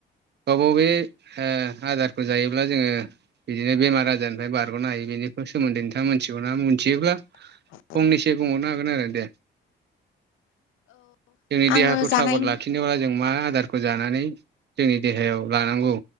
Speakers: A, on the right; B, on the left.
A: गाव-गाव बे आदारखौ जायोब्ला जोङो बिदिनो बेमार आजारनिफ्राय बारग'नो हायो बेनि सोमोन्दै नोंथाङा मिथिगौ ना मिथियोब्ला
B: <inaudible>
A: फंनैसो बुंहरनो हागोन आरो दे जोंनि
B: आङो
A: देहाखौ
B: जानाय
A: थागद लाखि जेनेबा जों मा आदारखौ जानानै जोंनि देहायाव लानांगौ